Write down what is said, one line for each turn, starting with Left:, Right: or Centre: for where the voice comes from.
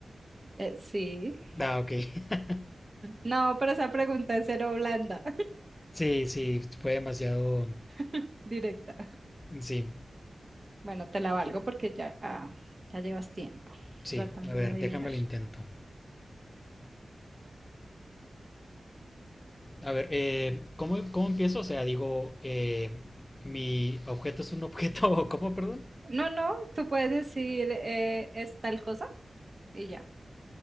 Right: Eh, sí.
Left: Ah, ok. <laughs>
Right: No, pero esa pregunta es cero blanda,
Left: Sí, sí, fue demasiado...
Right: <laughs> directa.
Left: Sí,
Right: Bueno, te la valgo porque ya, ya llevas tiempo
Left: sí.
Right: tratando
Left: A ver,
Right: de adivinar.
Left: déjame lo intento. A ver, eh, ¿cómo, cómo empiezo? O sea, digo, eh, mi objeto es un objeto, <laughs> o ¿cómo, perdón?
Right: No, no, tú puedes decir eh, es tal cosa y ya.